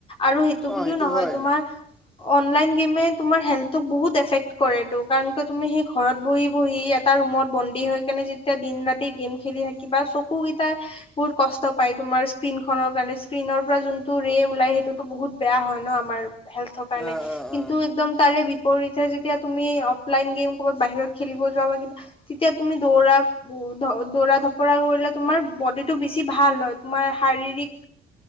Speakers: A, on the left; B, in the centre.
A: আৰু সেইটো
B: অঁ
A: বুলিও নহয়,
B: হয়
A: তোমাৰ অনলাইন গেমে তোমাৰ হেল্থোক বহুত এফেক্ট কৰেতটো কাৰণ কিয় তুমি সেই ঘৰত বহি-বহি এটা ৰুমত বন্দী হৈ কেনে যি তেতিয়া দিন ৰাতি গেম খেলি থাকিবা চকুকেইটাৰ বহুত কষ্ট পাই তোমাৰ স্ক্ৰীন খনৰ কাৰণে, স্ক্ৰীনৰ পৰা যোনটো ৰে ওলাই সেইটোতো বহুত বেয়া হয় ন আমাৰ হেল্থৰ কাৰণে।
B: অঁ অঁ
A: কিন্তু
B: অঁ
A: একদম তাৰে বিপৰীতে যেতিয়া তুমি অফলাইন গেম ক'বাত বাহিৰত খেলিব যোৱা বা কিবা যেতিয়া তুমি দৌৰা দৌৰা ধপৰা কৰিলে তোমাৰ বডিটো বেছি ভাল হয়, তোমাৰ শাৰীৰিক